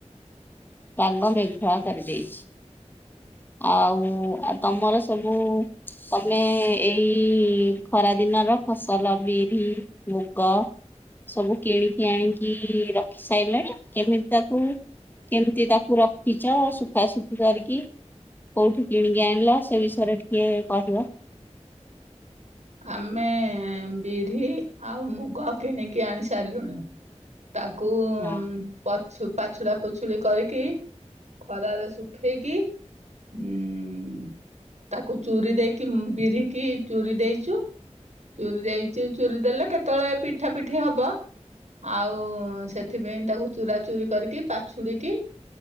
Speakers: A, on the left; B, on the right.
A: ପାଗ ମେଘୁଆ କରି ଦେଇଛି। ଆଉ, ଆଉ ତମର ସବୁ ତମେ ଏଇ ଖରାଦିନର ଫସଲ, ବିହିରି ମୁଗ ସବୁ କିଣିକି ଆଣିକି ରଖି ସାଇଲେଣି କେମିତି ତାକୁ କେମିତି ତାକୁ ରଖିଛ, ଶୁଖା ଶୁଖି କରିକି? କୋଉଠୁ କିଣିକି ଆଣିଲ, ସେ ବିଷୟରେ ଟିକେ କହିବ?
B: ଆମେ ବିହିରି ଆଉ ମୁଗ କିଣିକି ଆଣି ସାରିଲୁଣୁ। ତାକୁ
A: ହଁ
B: ପଛ-ପାଛୁଡା, ପୂଛୁଡି କରିକି ଖରାରେ ଶୁଖେଇକି ଉଁ। ତାକୁ ଚୁରି ଦେଇକି, ବିରିିକି ଚୁରି ଦେଇ ଚୁ, ଚୁରି ଯାଇଛି, ଚୁରି ଦେଲେ କେତେବେଳେ ପିଠା ପୂଠି ହବ। ଆଉ ସେଥିପାଇଁ ତାକୁ ଚୁରା ଚୁରି କରିକି ପାଛୁଡ଼ିକି